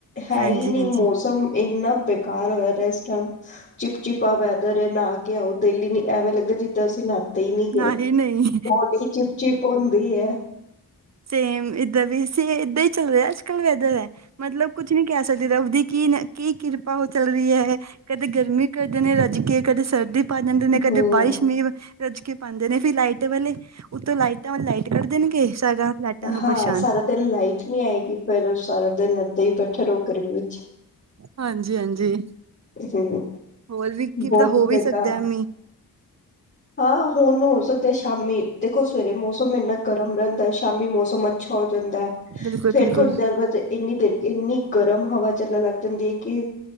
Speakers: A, on the left; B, on the right.
A: ਹੈ
B: ਹਾਂਜੀ
A: ਨਹੀਂ
B: ਹਾਂਜੀ
A: ਮੌਸਮ ਇੰਨਾ ਬੇਕਾਰ ਹੋਇਆ ਇਸ ਟਾਈਮ ਚਿਪਚਿਪਾ ਆ ਵੈਦਰ ਨਹਾ ਕੇ ਆਓ ਦਿਲ ਨੀ ਐਵੇਂ ਲੱਗਦਾ ਜਿੱਦਾਂ ਅਸੀਂ ਨਾਤੇ ਹੀ ਨਹੀਂ
B: ਨਾ
A: ਗਏ
B: ਹੀ ਨਹੀਂ
A: ਬੋਰਡੀ ਚਿਪ-ਚਿਪ ਹੁੰਦੀ ਹੈ।
B: ਸੇਮ ਇਦਾਂ ਦਾ ਸੇ ਇਦਾਂ ਹੀ ਚੱਲ ਰਿਹਾ ਅੱਜ ਕੱਲ ਵੈਦਰ ਹੈ ਮਤਲਬ ਕੁੱ ਕੁਛ ਨੀ ਕਹਿ ਸਕਦੇ ਰੱਬ ਦੀ ਕੀ ਕੀ ਕਿਰਪਾ ਉਹ ਚੱਲ ਰਹੀ ਹੈ। ਕਦੇ ਗਰਮੀ ਕਰਦੇ ਨੇ ਰੱਜ ਕੇ ਕਦੇ ਸਰਦੀ ਪਾ ਜਾਂਦੇ ਨੇ ਕਦੇ
A: ਹੂੰ।
B: ਬਾਰਿਸ਼ ਵੀ ਰੱਜ ਕੇ ਪਾਉਂਦੇ ਨੇ ਫਿਰ ਲਾਈਟ ਵਾਲੇ ਉੱਤੋਂ ਲਾਈਟਾਂ ਲਾਈਟ ਕੱਟ ਦੇਣਗੇ ਸਾਰਾ ਲਾਈਟਾਂ ਨੂੰ
A: ਹਾਂ
B: ਪਰੇਸ਼ਾਨ
A: ਸਾਰਾ ਦਿਨ ਲਾਈਟ ਨੀ ਆਏਗੀ ਫਿਰ ਸਾਰਾ ਦਿਨ ਇੱਧਾਂ ਹੀ ਬੈਠੇ ਰਹੋ ਗਰਮੀ ਵਿੱਚ।
B: ਹਾਂਜੀ ਹਾਂਜੀ
A: ਹੂੰ,,,
B: ਹੋਰ ਵੀ ਕੀ
A: ਬਹੁਤ
B: ਪਤਾ ਹੋ ਵੀ
A: ਬੇਕਾਰ।
B: ਸਕਦਾ ਮੀਂਹ
A: ਹਾਂ ਹੁਣ ਹੋ ਸਕਦਾ ਸ਼ਾਮੀ ਦੇਖੋ ਸਵੇਰੇ ਮੌਸਮ ਇੰਨਾ ਗਰਮ ਰਹਿੰਦਾ ਸ਼ਾਮੀ ਮੌਸਮ ਅੱਛਾ ਹੋ ਜਾਂਦਾ ਐ
B: ਬਿਲਕੁਲ-ਬਿਲਕੁਲ
A: ਫਿਰ ਥੋੜੀ ਦੇਰ ਬਾਅਦ ਇੰਨੀ ਦੇਰ ਇੰਨੀ ਗਰਮ ਹਵਾ ਚੱਲਣ ਲੱਗ ਜਾਂਦੀ ਐ ਕਿ,